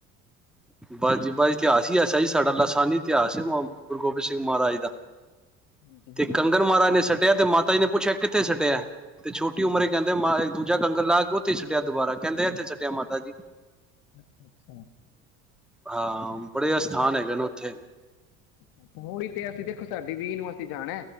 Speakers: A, in the centre; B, on the left.
A: ਬਸ ਜੀ ਬਸ ਇਤਿਹਾਸ ਹੀ ਐਸਾ ਜੀ ਸਾਡਾ ਲਾਸਾਨੀ ਇਤਿਹਾਸ ਗੁਰੂ ਗੋਬਿੰਦ ਸਿੰਘ ਮਹਾਰਾਜ ਦਾ
B: ਹਾਂਜੀ ਹਾਂਜੀ
A: ਤੇ ਕੰਗਨ ਮਹਾਰਾਜ ਨੇ ਸੱਟ ਤੇ ਮਾਤਾ ਜੀ ਨੇ ਪੁੱਛਿਆ ਕਿੱਥੇ ਸੁੱਟਿਆ ਏ ਤੇ ਛੋਟੀ
B: ਹਾਂਜੀ
A: ਉਮਰ ਚ ਕਹਿੰਦੇ ਮਾਏ ਦੂਜਾ ਕੰੰਗਨ ਲਾ ਕੇ ਉੱਥੇ ਛੱਡਿਆ ਦੁਬਾਰਾ ਕਹਿੰਦੇ ਇੱਥੇ ਸੁੱਟਿਆ ਮਾਤਾ ਜੀ
B: ਅੱਛਾ ਅੱਛਾ
A: ਹਾਂ ਬੜੇ ਅਸਥਾਨ ਹੈਗੇ ਨੇ ਉੱਥੇ
B: ਅੱਛਾ ਹੋ ਹੀ ਤੇ ਅਸੀਂ ਦੇਖੋ ਸਾਡੀ ਵੀਹ ਨੂੰ ਏ ਅਸੀਂ ਜਾਣਾ